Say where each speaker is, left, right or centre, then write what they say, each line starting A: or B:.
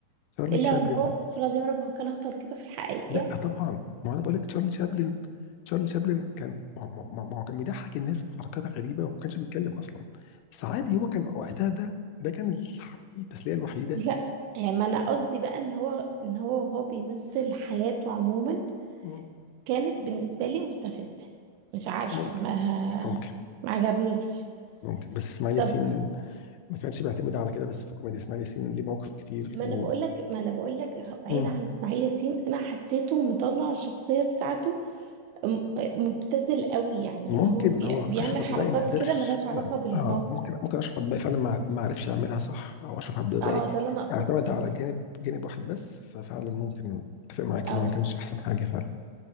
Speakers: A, on the left (about 85°); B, on the right (about 80°).
A: تشارلي
B: الا
A: تشابلن
B: ان هو استغفر الله العظيم يا رب هو كان هطل كده في الحقيقة
A: لا طبعا ما هو انا بقول لك تشارلي تشابلن تشارلي شابلن كان ما ما- ما- ما هو كان بيضحك الناس بحركات غريبه وما كانش بيتكلم اصلا بس عادي هو كان وقتها ده ده كان الح- التسليه الوحيده
B: لا يعني ما انا قصدي بقى ان هو ان هو هو بيمثل حياته عموما
A: مم.
B: كانت بالنسبة لي مستفزة مش عارفة
A: ممكن
B: ما
A: ممكن
B: ما عجبنيش
A: ممكن بس اسماعيل
B: طب
A: ياسين ما كانش بيعتمد على كده بس في الكوميديا اسماعيل ياسين ليه مواقف كتير
B: ما انا
A: و...
B: بقول لك ما انا بقول لك بعيد
A: مم.
B: عن اسماعيل ياسين انا حسيته مطلع الشخصية بتاعته م- مبتذل قوي يعني
A: وممكن
B: اللي هو بي-
A: هو
B: بيعمل
A: اشرف عبد
B: حركات
A: الباقي ما قدرش
B: كده ملهاش
A: ما
B: علاقة بالموقف
A: اه ممكن ممكن اشرف عبد الباقي فعلا ما ما عرفش يعملها صح او اشرف عبد الباقي
B: اه ده اللي انا اقصده
A: اعتمد
B: يعني
A: على جانب جانب واحد بس ففعلا ممكن اتفق معاك
B: اه
A: انه ما كانش احسن حاجه فعلا